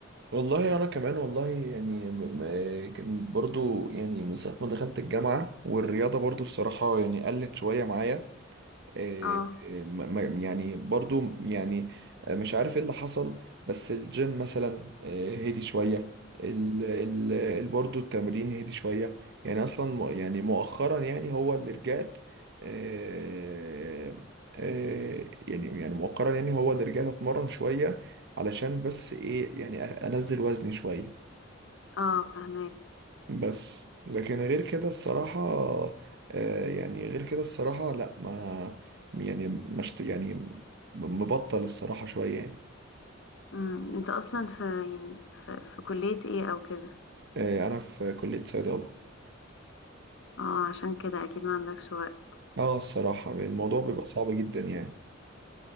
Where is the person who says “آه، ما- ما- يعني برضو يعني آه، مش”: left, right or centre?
Right